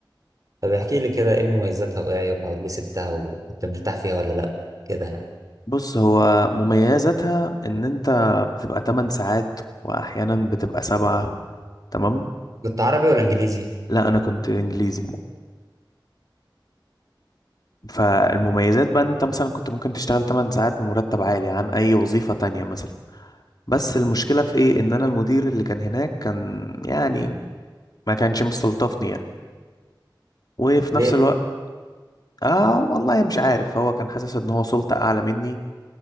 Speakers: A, on the right; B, on the left.
A: طب احكي لي كده ايه مميزاتها وايه عيوبها وليه سبتها وكنت مرتاح فيها ولا لا كده يعني
B: بص هو مميزاتها ان انت بتبقى 8 ساعات واحيانا بتبقى 7 تمام
A: كنت عربي ولا انجليزي
B: لا انا كنت انجليزي فالمميزات بقى ان انت مثلا كنت ممكن تشتغل 8 ساعات بمرتب عالي عن اي وظيفه تانية مثلا بس المشكله في ايه ان انا المدير اللي كان هناك كان يعني ما كانش مستلطفني يعني وفي
A: ليه
B: نفس الوقت اه والله مش عارف هو كان حاسس ان هو سلطة اعلى مني